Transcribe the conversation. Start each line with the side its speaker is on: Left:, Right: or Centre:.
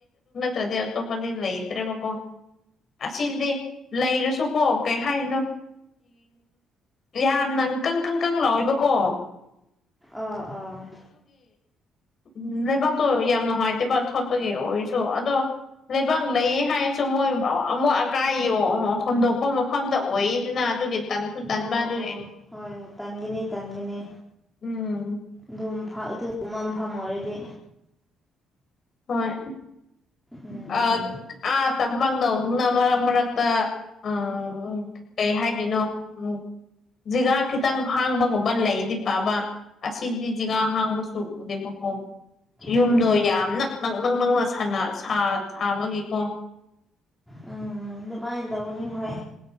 Left: ꯁꯗꯤꯛꯇ ꯄꯗꯤ ꯂꯩ ꯏꯇꯔꯦꯕꯀꯣ ꯑꯁꯤꯗꯤ ꯂꯩꯔꯁꯨꯀꯣ ꯀꯩ ꯍꯥꯏꯔꯤꯅꯣꯡ ꯌꯥꯝꯅꯪꯀꯪꯀꯪ ꯀꯪ ꯂꯥꯛꯏꯕꯀꯣ
Centre: ꯑ ꯑ
Left: ꯎꯝ ꯂꯩꯕꯥꯛꯇꯣ ꯌꯥꯝ ꯅꯨꯡꯉꯥꯏꯇꯦꯕ ꯊꯣꯠꯄꯒꯤ ꯑꯣꯏꯔꯁꯨ ꯑꯗꯣ ꯂꯩꯕꯥꯛ ꯂꯩ ꯍꯥꯏꯔꯁꯨ ꯃꯣꯏ ꯑꯃꯨꯛ ꯑꯀꯥꯏ ꯌꫭ ꯍꯨꯟꯗꯣꯛꯄ ꯃꯐꯝꯗ ꯑꯣꯏꯗꯅ ꯑꯗꯨꯒꯤ ꯇꯟꯁꯨ ꯇꯟꯥꯟꯕ
Centre: ꯑꯣ
Left: ꯑꯗꯨꯒꯤ
Centre: ꯑꯣ ꯍꯣꯏ ꯇꯟꯒꯅꯤ ꯇꯟꯒꯅꯤ
Left: ꯎꯝ
Centre: ꯑꯗꯨꯝ ꯐ ꯑꯗꯨꯒꯨꯝꯕ ꯃꯐꯝ ꯑꯣꯏꯔꯗꯤ
Left: ꯍꯣꯏ
Centre: ꯎꯝ
Left: ꯑ ꯑ ꯇꯝꯄꯛ ꯇꯧꯗꯨꯅ ꯃꯔꯛ ꯃꯔꯛꯇ ꯎꯝ ꯎꯝ ꯀꯩ ꯍꯥꯏꯗꯅꯣ ꯎꯝ ꯖꯤꯒ ꯈꯤꯇꯪ ꯍꯥꯡꯕꯒꯨꯝꯕ ꯂꯩꯗꯤ ꯐꯕ ꯑꯁꯤꯗꯤ ꯖꯤꯒ ꯍꯥꯡꯕꯁꯨ ꯎꯗꯦꯕꯀꯣ ꯌꯨꯝꯗꯣ
Centre: ꯎꯝ ꯎꯝ
Left: ꯌꯥꯝꯅꯛ ꯅꯪ ꯅꯪ ꯅꯪꯅ ꯁꯥ ꯁꯥꯕꯒꯤꯀꯣ
Centre: ꯎꯝ ꯑꯗꯨꯃꯥꯏꯅ ꯇꯧꯅꯤ ꯍꯣꯏ